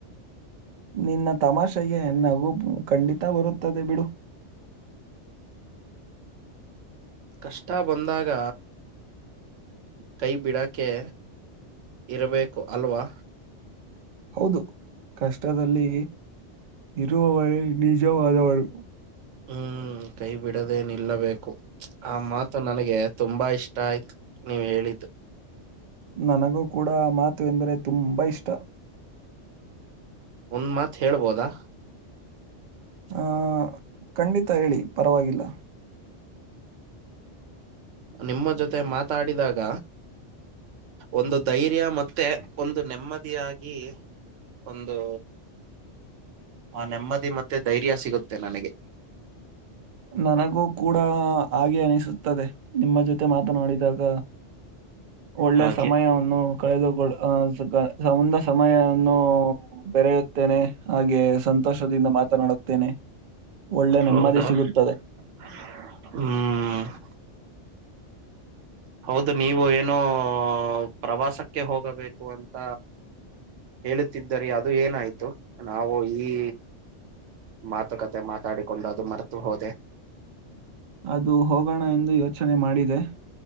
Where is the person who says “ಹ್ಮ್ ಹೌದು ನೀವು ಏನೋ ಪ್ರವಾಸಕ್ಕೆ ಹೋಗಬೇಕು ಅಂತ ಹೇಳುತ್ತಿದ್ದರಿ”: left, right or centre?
Right